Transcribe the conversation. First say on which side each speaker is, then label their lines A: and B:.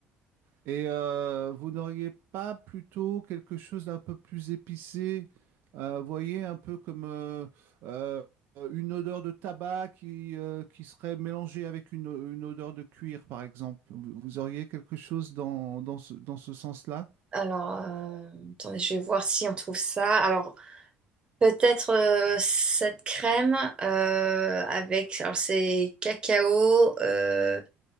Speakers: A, on the right (about 65°); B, on the right (about 25°).
A: Et euh, vous n'auriez pas plutôt quelque chose d'un peu plus épicé? Euh, voyez, un peu comme euh, euh, une odeur de tabac qui, euh, qui serait mélangée avec une, une odeur de cuir, par exemple. Vous, vous auriez quelque chose dans, dans ce, dans ce sens-là?
B: Alors, euh, attendez, je vais voir si on trouve ça. Alors, peut-être euh, cette crème euh, avec, alors c'est cacao, euh,